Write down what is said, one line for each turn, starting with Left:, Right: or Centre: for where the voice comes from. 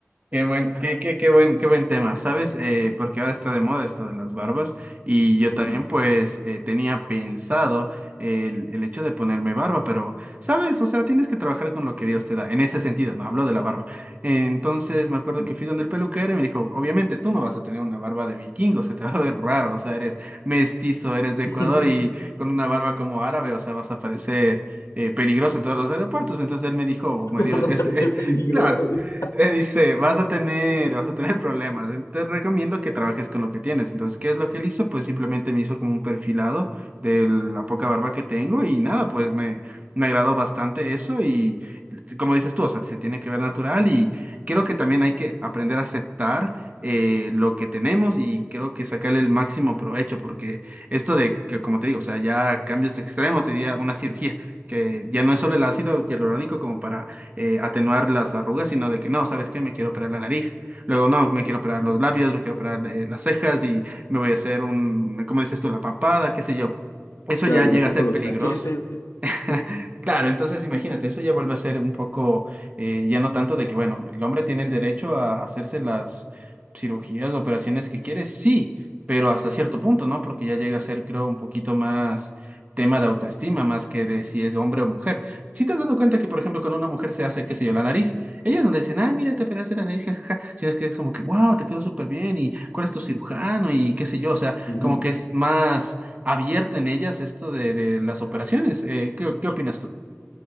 Right: Qué buen, qué, qué, qué buen, qué buen tema, ¿sabes? Eh, porque ahora está de moda esto de las barbas y yo
Left: Mm,
Right: también pues eh, tenía pensado el, el hecho de ponerme barba, pero, ¿sabes? O sea, tienes que trabajar con lo que Dios te da, en ese sentido, no hablo de la barba. Entonces me acuerdo
Left: mm,
Right: que fui donde el peluquero y me dijo, obviamente tú no vas a tener una barba de vikingo, se te va a ver raro, o sea, eres mestizo, eres de
Left: mm.
Right: Ecuador y
Left: <laughs>
Right: con una barba como árabe, o sea, vas a parecer... eh, peligroso en todos los aeropuertos. Entonces él me dijo, o me
Left: Vas
Right: dio
Left: a
Right: este,
Left: parecer peligroso.
Right: <laughs> claro,
Left: dice.
Right: eh, Dice, vas a tener, vas a tener problemas. eh, Te recomiendo que trabajes con lo que tienes. Entonces, ¿qué es lo que él hizo? Pues simplemente me hizo como un perfilado de la poca barba que tengo y nada, pues me, me agradó bastante eso y s- como dices tú, o sea, se tiene que ver natural y creo que también hay que aprender a aceptar eh, lo que tenemos y creo que sacarle el máximo provecho porque esto de que, como te digo, o sea, ya cambios extremos, diría una cirugía, que ya no es solo el ácido hialurónico como para eh, atenuar las arrugas, sino de que no, ¿sabes qué? Me quiero operar la nariz. Luego, no, me quiero operar los labios, me quiero operar eh, las cejas y me voy a hacer un, ¿cómo dices tú? La papada, qué sé yo. Eso
Left: Claro,
Right: ya
Left: y
Right: llega
Left: me saco
Right: a ser
Left: los
Right: peligroso.
Left: cachetes.
Right: <laughs>
Left: No, pues.
Right: Claro, entonces imagínate, eso ya vuelve a ser un poco, eh, ya no tanto de que, bueno, el hombre tiene el derecho a hacerse las cirugías, operaciones que quiere, sí, pero hasta cierto punto, ¿no? Porque ya llega a ser, creo, un poquito más tema de autoestima, más que de si es hombre o mujer. Si te has dado cuenta que, por ejemplo, cuando una mujer se hace, qué sé yo, la nariz, ellas no le dicen, ah, mira, te operaste la nariz, jajaja, sino es que es como que, wow, te quedó súper bien, y cuál es tu cirujano, y qué sé yo, o sea,
Left: Ujú.
Right: como que es más abierto en ellas esto de, de las operaciones. Eh, ¿qué, qué opinas tú?